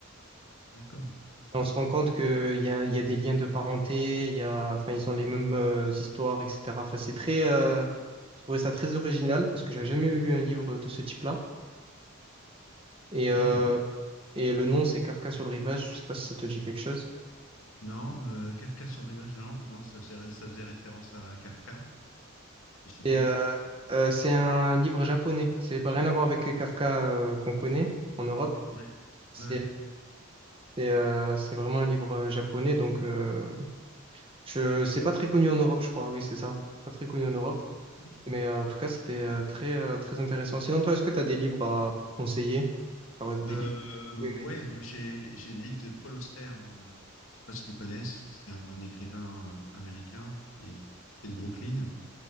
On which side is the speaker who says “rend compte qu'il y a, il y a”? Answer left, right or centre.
Right